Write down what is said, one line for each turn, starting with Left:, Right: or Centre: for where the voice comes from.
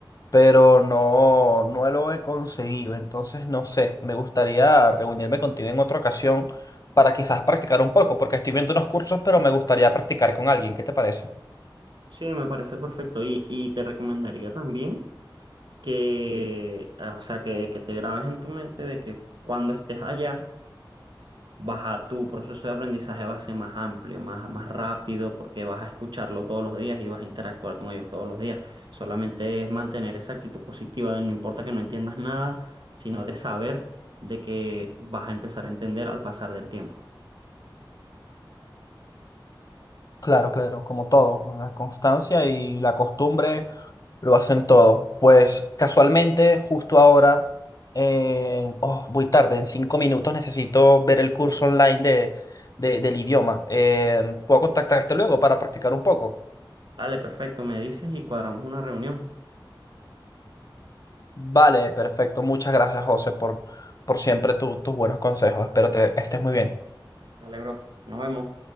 Left: pero no, no lo he conseguido. Entonces, no sé, me gustaría reunirme contigo en otra ocasión para quizás practicar un poco, porque estoy viendo unos cursos, pero me gustaría practicar con alguien. ¿Qué te parece?
Right: Sí, me parece perfecto. Y, y te recomendaría también que, eh, o sea, que, que te grabes en tu mente de que cuando estés allá, vas a- tu proceso de aprendizaje va a ser más amplio, más, más rápido, porque vas a escucharlo todos los días y vas a interactuar con ellos todos los días. Solamente es mantener esa actitud positiva de no importa que no entiendas nada, sino de saber de que vas a empezar a entender al pasar del tiempo.
Left: Claro, claro, como todo, ¿no? la constancia y la costumbre lo hacen todo. Pues casualmente, justo ahora, eh, oh, voy tarde, en cinco minutos necesito ver el curso online de, de- del idioma. Eh, ¿puedo contactarte luego para practicar un poco?
Right: Dale, perfecto, me dices y cuadramos una reunión.
Left: Vale, perfecto. Muchas gracias, José, por, por siempre tu- tus buenos consejos. Espero te estés muy bien.
Right: Dale, bro, nos vemos.